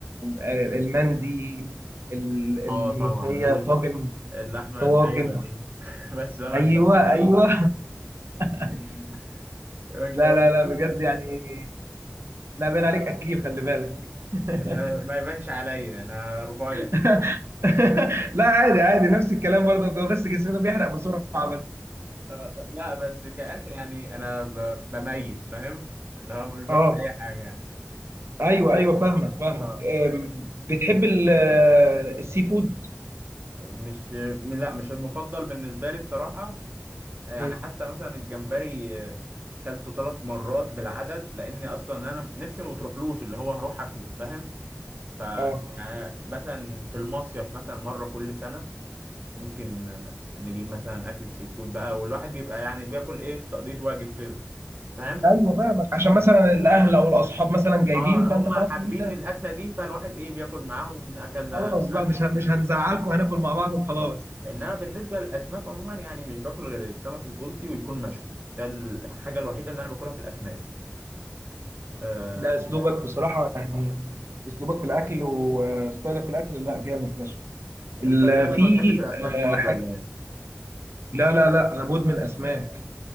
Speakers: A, on the right (about 75°); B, on the right (about 45°).
A: آه، المندي ال-
B: اه
A: الملوخيه
B: طبعا لازم
A: طاجن
B: اللحمه
A: الطواجن
B: الدايبه دي <laughs> بس بقى ما
A: ايوه
B: تجوعنيش
A: ايوه <laughs>
B: <laughs> ما تجوعنيش
A: لا لا لا بجد
B: بقى.
A: يعني لا باين عليك اكيل خلي بالك <laughs>
B: ما ما يبانش عليا انا رفيع
A: <laughs> لا عادي عادي نفس الكلام برضه هو بس جسمنا بيحرق بسرعة بس
B: آه، لا بس كأكل يعني أنا ب- بميز فاهم اللي هو مش باكل
A: اه
B: أي حاجة يعني
A: ايوه
B: بس
A: ايوه فاهمك فاهمك
B: اه
A: آه، بتحب ال- آه، السي فود
B: مش م- لا مش المفضل بالنسبة لي بصراحة يعني
A: مم.
B: حتى مثلا الجمبري آه، كلته ثلاث مرات بالعدد لأني أصلا أنا نفسي ما بتروحلوش اللي هو هروح أكله فاهم ف
A: اه
B: يعني مثلا في المصيف مثلا مرة كل سنة ممكن آه، نجيب مثلا أكلة سي فود بقى والواحد بيبقى يعني بياكل إيه تقضية واجب كده فاهم
A: ايوه فاهمك عشان مثلا الاهل او الاصحاب مثلا جايبين
B: اه
A: فانت
B: هم
A: خلاص
B: حابين
A: لازم تاكل
B: الاكله دي فالواحد ايه بياكل معاهم اكلنا
A: خلاص بقى
B: اكل
A: مش
B: السي
A: هن- مش
B: فود
A: هنزعلكم هناكل مع بعض وخلاص
B: اه انما بالنسبه للاسماك عموما يعني مش باكل غير السمك البلطي ويكون مشوي ده الحاجه الوحيده اللي انا باكلها في الاسماك آه
A: لا اسلوبك بصراحه يعني اسلوبك في الاكل وستايلك في الاكل لا جامد فشخ ال-
B: انت شكلك
A: في
B: ما بتحبش الاسماك
A: آه،
B: برضه
A: حاجه
B: ولا ايه
A: لا لا لا انا مدمن اسماك